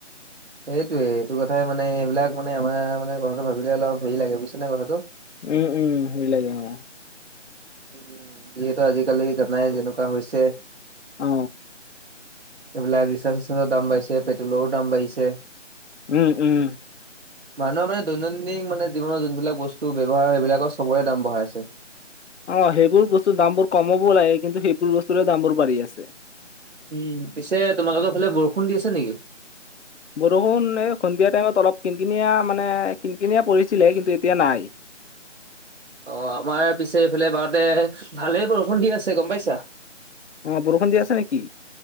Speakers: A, on the right (about 55°); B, on the left (about 65°).
A: সেই। এইটো কথাই মানে এইবিলাক মানে আমাৰ মানে কথাটো ভাবিলে অলপ হেৰি লাগে, বুইছা নে কথাটো?
B: উম, উম সেই লাগে অ।
A: উ যিহেতু আজি-কালি জানাই যেনেকুৱা হৈছে।
B: অ।
A: এইবিলাক ৰিচাৰ্জ-চিচাৰ্জৰ দাম বাঢ়িছে, পেট্ৰলৰো দামো বাঢ়িছে।
B: উম, উম।
A: মানুহৰ মানে দৈনন্দিন মানে জীৱনৰ যোনবিলাক বস্তু ব্যৱহাৰ হয় সেইবিলাকৰ চবৰে দাম বঢ়াই আছে।
B: অ সেইবোৰ বস্তু দাম বোৰ কমাব লাগে। কিন্তু সেইবোৰ বস্তুৰে দামবোৰ বাঢ়ি আছে।
A: উম, পিছে তোমালোকৰ ফালে বৰষুণ দি আছে নেকি?
B: বৰষুণ এই সন্ধিয়া টাইমত অলপ কিনকিনিয়া মানে কিনকিনিয়া পৰিছিলে, কিন্তু এতিয়া নাই।
A: অ, আমাৰ পিছে এইফালে বাৰতে ভালেই বৰষুণ দি আছে গম পাইছা।
B: অ বৰষুণ দি আছে নেকি?